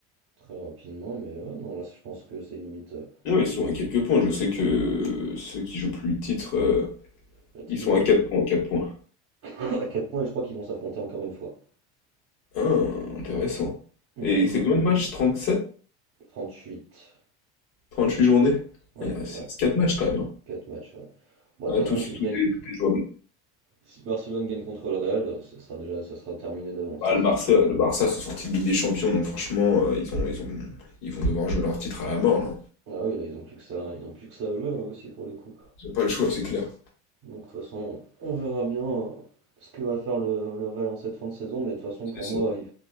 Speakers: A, on the right; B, on the left.
A: Très rapidement, mais ah, non, là, je pense que c'est limite... euh,
B: Ouais, ils sont à quelques points, je sais que ceux qui jouent plus le titre, euh,
A: L'Atlético,
B: ils sont à quatre points, quatre points.
A: à 4 points et je crois qu'ils vont s'affronter encore une fois.
B: Ah, intéressant.
A: Ouais,
B: Et c'est combien de matchs? trente
A: Trente-huit.
B: 38 journées?
A: Ouais,
B: Ah, Il reste
A: il reste
B: 4 matchs quand même. hein.
A: 4 matchs. ouais. Bon, de
B: Ah,
A: toute
B: tous,
A: façon, s'ils
B: tout
A: gagnent-
B: est, tout est jouable.
A: si Barcelone gagne contre le Real, euh, ça sera déjà ça sera terminé d'avance,
B: Bah,
A: c'est
B: le Barça,
A: sûr.
B: le Barça sont sortis de Ligue des Champions, donc franchement, euh, ils ont, ils ont, ils vont devoir jouer leur titre à la mort, là.
A: Ah oui, là, ils ont plus que ça, ils ont plus que ça à jouer hein, aussi pour le coup.
B: Ils n'ont pas le choix, c'est clair.
A: Donc, de toute façon, on verra bien euh, ce que va faire le, le Real en cette fin de saison, mais de toute façon,
B: C'est
A: pour
B: ça.
A: moi, il...